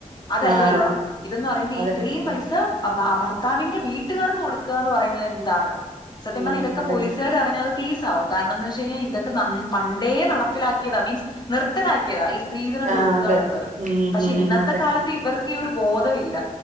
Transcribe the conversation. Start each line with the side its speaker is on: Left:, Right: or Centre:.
Left: അതല്ലല്ലോടാ
Right: ആ അതെ
Left: ഇതന്ന് പറയുമ്പ
Right: അതന്നെ
Left: ഈ ത്രയും പൈസ
Right: ഉം
Left: അ പ പർത്താവിന്റെ വീട്ടുകാർക്ക് കൊടുക്കാന്ന് പറയുന്നേ എന്താണ് സത്യം
Right: ഉം
Left: പറഞ്ഞാൽ ഇതൊക്ക
Right: അതന്നെ
Left: പോലീസാര് അറിഞ്ഞാല് കേസാവും ന്നാന്നുവച്ചഴിഞ്ഞ ഇതൊക്ക നൻ പണ്ടേ നടപ്പിലാക്കിയതാ മീൻസ് നിർത്തലാക്കിയതാ ഈ സ്‌ത്രീധനം
Right: ആ
Left: കൊടുക്കാനുള്ളത്
Right: അതെ ഉം
Left: പക്ഷേ
Right: ഉം
Left: ഇന്നത്ത
Right: അതെ
Left: കാലത്ത് ഇവർ ക്ക്യൂരു ബോധവില്ല